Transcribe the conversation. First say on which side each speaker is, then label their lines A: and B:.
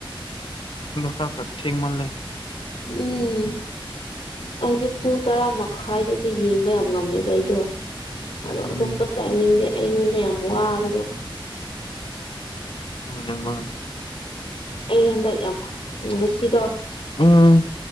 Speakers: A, on the left (about 65°); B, on the left (about 85°).
A: ꯈꯔ ꯊ ꯃ ꯂꯩ
B: ꯎꯝ ꯑꯩꯗꯤ ꯄꯨꯡ ꯇꯔꯥ ꯃꯈꯥꯏꯗꯗꯤ ꯌꯦꯡꯕ ꯌꯥꯝ ꯉꯝꯃꯦꯕ ꯑꯩꯗꯣ
A: ꯎꯝ
B: ꯑꯗꯣ ꯑꯇꯣꯞꯄ ꯇꯥꯏꯃꯤꯡꯗꯤ ꯑꯩꯉꯣꯟꯗ ꯌꯥꯝ ꯋꯥꯕꯗꯣ
A: ꯑꯅꯤꯃꯅꯦ
B: ꯑ ꯑꯩ ꯍꯟꯗꯛ ꯌꯥꯝꯃꯣ ꯉꯁꯤꯗꯣ
A: ꯎꯝ